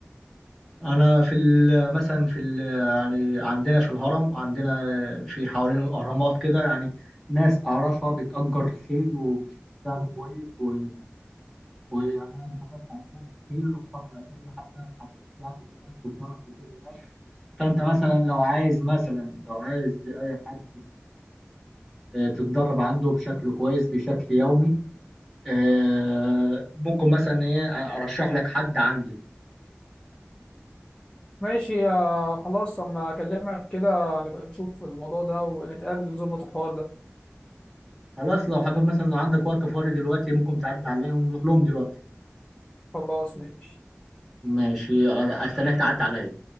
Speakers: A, in the centre; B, on the left.
A: أنا في ال... مثلا في ال... يعني عندنا في الهرم عندنا في حوالين الأهرامات كده يعني ناس أعرفها بتأجر خيل وبسعر كويس و... ويعني أنا اتدربت عندهم كتير وفي الفترة الأخيرة حتى أنا اتحسنت يعني وفي ناس بتتدرب كتير هناك فأنت مثلا لو عايز مثلا لو عايز أي حد آه، تتدرب عنده بشكل كويس بشكل يومي آه، ممكن مثلا ايه ارشح لك حد عندي
B: ماشي يا خلاص أما أكلمك كده نبقى نشوف الموضوع ده ونتقابل نظبط الحوار ده
A: خلاص لو حابب مثلا لو عندك وقت فاضي دلوقتي ممكن تعدي عليا ونروح لهم دلوقتي
B: خلاص ماشي
A: ماشي أ- استناك تعدي عليا